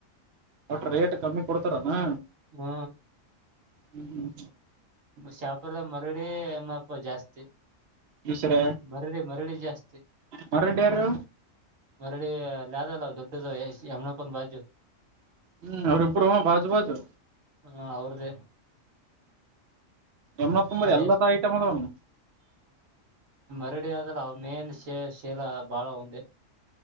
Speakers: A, on the right; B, on the right.
A: ಒಟ ರೇಟ್ ಕಮ್ಮಿ ಕೊಡ್ತಾರನಾ
B: ಹ್ಮ
A: ಹ್ಮ್ ಹ್ಮ್್ಮ
B: ಶಾಪುರದ ಮರಡಿ ಎಮ್ಮಪ್ಪ ಜಾಸ್ತಿ
A: ಈಶ್ವರ
B: ಮರಳಿ ಮರಳಿ ಜಾಸ್ತಿ
A: ಮರಡಿ ಯಾರು
B: ಮರಳಿ ಲಾದಲ್ಲ ದೊಡ್ಡದು ಯಮನಪ್ಪ ಬಾಜು
A: ಹ್ಮ್ ಅವ್ರಿಬ್ರು ಬಾಜು ಬಾಜು
B: ಹಾ ಅವ್ರ್ದೇ
A: ಎಮ್ಮನಪ್ಪಂಬರಿ ಎಲ್ಲದ
B: ಎಷ್ಟ
A: ಐಟಮ್ ಅದನು
B: ಕರಡಿ ಅದಲ್ಲ ಮೇನ್ ಶ ಶೇಲ ಬಾಳ ಒಂದೇ